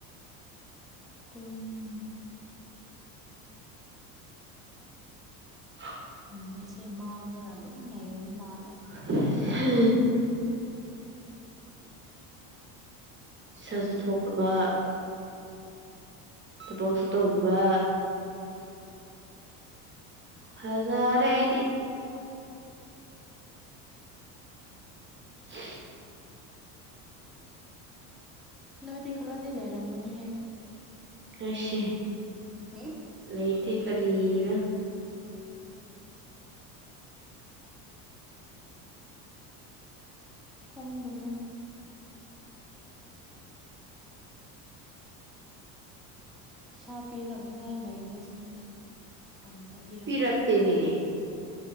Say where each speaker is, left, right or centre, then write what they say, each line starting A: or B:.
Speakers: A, in the centre; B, on the right.
A: ꯇꯝ
B: <unintelligible>
A: ꯅꯨꯃꯤꯠꯁꯦ ꯃꯥꯡꯗꯅ ꯑꯗꯨꯝ ꯂꯩꯔꯕ ꯃꯥꯜꯂꯦ
B: ꯍ ꯍ
A: ꯎꯝ
B: ꯏꯁꯥꯁꯨ ꯊꯣꯛꯇꯕ ꯊꯕꯛꯁꯨ ꯇꯧꯗꯕ ꯐꯖꯔꯦ ꯑꯩꯗꯤ ꯎ
A: ꯅꯣꯏꯗꯤ ꯈꯔꯗꯤ ꯂꯩꯔꯝꯒꯅꯤꯍꯦ
B: ꯑꯩꯁꯦ
A: <unintelligible>
B: ꯂꯩꯇꯦ ꯀꯔꯤꯔꯥ
A: ꯈꯪꯗ꯭ꯔꯦꯅꯦ ꯄꯩꯁꯥ ꯄꯤꯔꯛꯅꯤꯉꯥꯏ ꯂꯩꯕꯁꯤꯡꯁꯤꯁꯨ ꯑꯝꯇ ꯄꯤꯔꯛꯇꯦ
B: ꯄꯤꯔꯛꯇꯦꯅꯦ